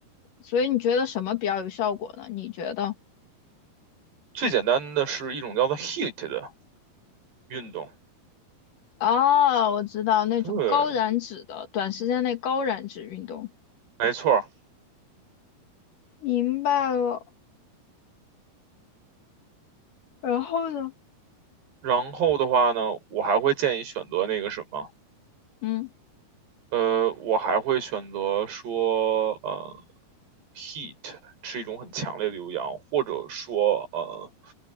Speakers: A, on the left (about 60°); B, on the right (about 85°).
A: 所以你觉得什么比较有效果呢？你觉得？
B: 最简单的是一种叫做 h e a t 的运动，
A: 哦，我知道那种高燃脂的，
B: 对，
A: 短时间内高燃脂运动。
B: 没错儿。
A: 明白了。然后呢？
B: 然后的话呢，我还会建议选择那个什么，
A: 嗯，
B: 呃，我还会选择说，呃 h e a t 是一种很强烈的有氧，或者说，呃，